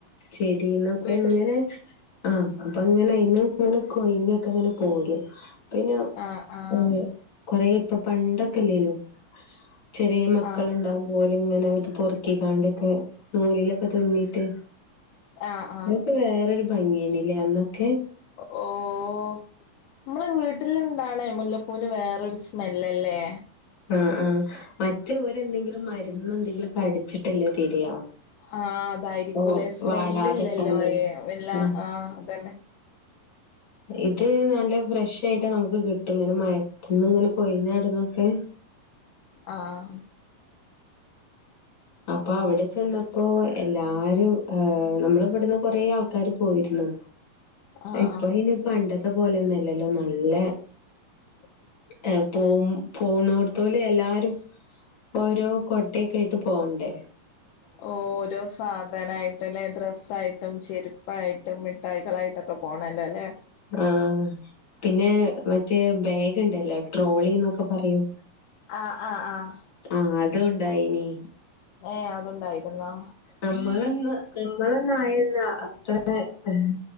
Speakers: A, on the left (about 35°); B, on the left (about 75°).
A: ചെടീന്നൊക്കെ
B: വീട്ടിൽ
A: ഇങ്ങനെ ആഹ് അപ്പൊ ഇങ്ങനെ അയ്ന്നും ഇങ്ങനെ കൊഴിഞ്ഞൊക്കെ ഇങ്ങനെ പോരും പിന്നെ
B: ആഹ് ആഹ്
A: ഉം കൊറെ ഇപ്പൊ പണ്ടൊക്കെ ഇല്ലേനോ ചെറിയ മക്കളുണ്ടാവ്മ്പോ
B: ആഹ്
A: ഓല്ങ്ങനെ ഇത് പൊർക്കിക്കാണ്ട് ക്ക് നൂലിലൊക്കെ തുന്നീട്ട്
B: ആഹ് ആഹ്
A: ഇതൊക്കെ വേറൊരു ഭംഗി ഏനിലെ അന്നൊക്കെ
B: ഒ ഓഹ് ഇമ്മളെ വീട്ടില് ഇണ്ടാണെ മുല്ലപ്പൂവിന് വേറൊരു സ്മെല്ലല്ലേ
A: ആഹ് ആഹ് മറ്റേ ഓരെന്തെങ്കിലും മര്ന്ന് എന്തെങ്കിലൊക്കെ അടിച്ചിട്ടല്ലേ തരാ
B: ആഹ് അതായിരികുല്ലേ
A: ഓ
B: സ്മെല്ല്
A: വാടാതെക്കാന്
B: ഇല്ലല്ലോ അയെ എല്ലാ
A: ഉം
B: ആഹ് അതന്നെ
A: ഇത് നല്ല ഫ്രഷ് ആയിട്ട് നമുക്ക് കിട്ടും ഇങ്ങനെ മരത്ത്ന്ന് ഇങ്ങനെ പൊയ്ഞ്ഞാട്ന്നൊക്കെ
B: ആഹ്
A: അപ്പൊ അവിടെ ചെന്നപ്പോ എല്ലാരും ആഹ് നമ്മള് ഇവിടുന്ന് കൊറേ ആൾക്കാര് പോയിരുന്നു
B: ആഹ്
A: ഇപ്പൊ
B: ആഹ്
A: പിന്നെ പണ്ടത്തെ പോലൊന്ന് അല്ലല്ലോ നല്ല
B: <unintelligible>
A: ഏഹ് പോവും പോണോട്ത്തോല് എല്ലാരും ഓരോ കോട്ടൊയ്ക്കെ ആയ്ട്ട് പോ പോണ്ടേ
B: ഓരോ സാധനായിട്ടുല്ലെ ഡ്രെസ്സായിട്ടും ചെരു പ്പായിട്ടും മിഠായികളായിട്ടൊക്കെ പോണല്ലോല്ലേ
A: ആഹ് പിന്നെ മറ്റേ ബാഗ് ഇണ്ടല്ലോ ട്രോളിന്നൊക്കെ പറയും
B: ആഹ് ആഹ് ആഹ്
A: ആഹ് അതുംണ്ടായിനി
B: ഏഹ് അതുണ്ടായിരുന്നോ
A: നമ്മളൊന്ന് നമ്മളൊന്നായല്ലോ അത്ര ഏഹ്